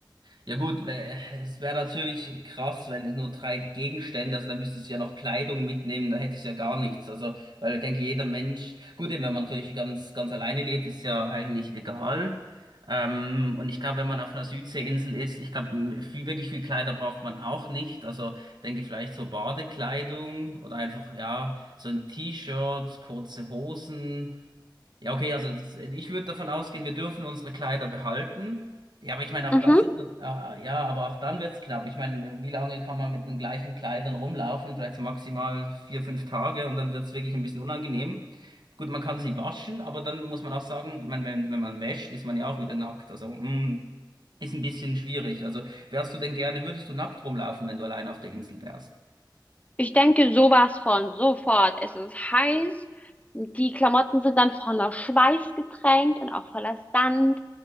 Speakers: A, on the right; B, on the left.
A: Ja gut, weil, äh, es wäre natürlich krass, wenn es nur drei Gegenstände, also dann müsstest du ja noch Kleidung mitnehmen, dann hättest du ja gar nichts. Also, weil ich denke, jeder Mensch, gut, eben, wenn man natürlich ganz, ganz alleine lebt, ist ja eigentlich egal. Ähm, und ich glaube, wenn man auf einer Südseeinsel ist, ich glaube, m- viel, wirklich viel Kleider braucht man auch nicht. Also denke vielleicht so Badekleidung oder einfach, ja, so ein T-Shirt, kurze Hosen. Ja, okay, also das, ich würde davon ausgehen, wir dürfen unsere Kleider behalten. Ja, aber ich meine,
B: Mhm.
A: auch das ist, äh, ja, aber auch dann wird's knapp. Ich meine, wie lange kann man mit den gleichen Kleidern rumlaufen? Vielleicht so maximal vier, fünf Tage und dann wird's wirklich ein bisschen unangenehm. Gut, man kann sie waschen, aber dann muss man auch sagen, ich meine, wenn, wenn man wäscht, ist man ja auch wieder nackt. Also, mm, ist ein bisschen schwierig. Also, wärst du denn gerne, würdest du nackt rumlaufen, wenn du allein auf der Insel wärst?
B: Ich denke sowas von, sofort. Es ist heiß, die Klamotten sind dann voller Schweiß getränkt und auch voller Sand.